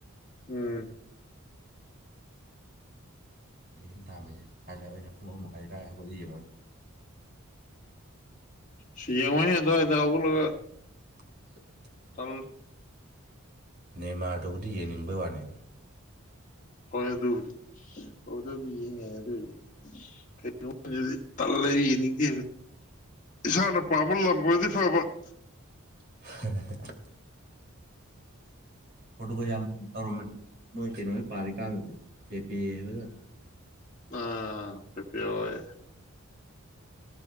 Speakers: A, on the left; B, on the right.
A: ꯎꯝ
B: ꯂꯤꯁꯤꯡ ꯇꯥꯝꯃꯤ ꯍꯥꯏꯕ ꯑꯩꯅ ꯄꯨꯡ ꯑꯍꯨꯝ ꯃꯈꯥꯏ ꯑꯗꯥꯏ ꯍꯧꯒꯠꯂ ꯌꯦꯡꯉꯨꯔꯦ
A: ꯁꯤ ꯌꯦꯡꯉꯨꯅꯨꯍꯦ ꯑꯗꯥꯏꯗ ꯍꯧꯒꯠꯂꯒ
B: <inaudible>
A: <unintelligible>
B: ꯅꯦꯃꯥꯔꯗꯧꯗꯤ ꯌꯦꯡꯅꯤꯡ ꯕꯩ ꯋꯥꯅꯦ
A: ꯍꯣꯏ ꯑꯗꯨꯕꯨꯗꯤ ꯑꯗꯥꯕꯨꯗꯤ ꯌꯦꯡꯌꯥꯏ ꯑꯗꯨꯅꯦ ꯀꯩꯅꯣ ꯇꯜꯂꯦ ꯌꯦꯡꯅꯤꯡꯗꯦꯕ ꯏꯁꯥꯅ ꯄꯥꯝꯕ ꯂꯝ ꯑꯣꯏꯗꯤ ꯐꯥꯕ <unintelligible>
B: <unintelligible> ꯄ꯭ꯔꯣꯇꯨꯒꯜ ꯌꯥꯝ ꯇꯧꯔꯝꯃꯅꯤ ꯂꯣꯏ ꯀꯩꯅꯣ ꯄꯥꯔꯤꯀꯥꯟꯗꯗꯤ ꯄꯦ ꯄꯦ ꯍꯣꯢꯒ
A: ꯑꯥ ꯄꯦ ꯄꯦ ꯍꯣꯏ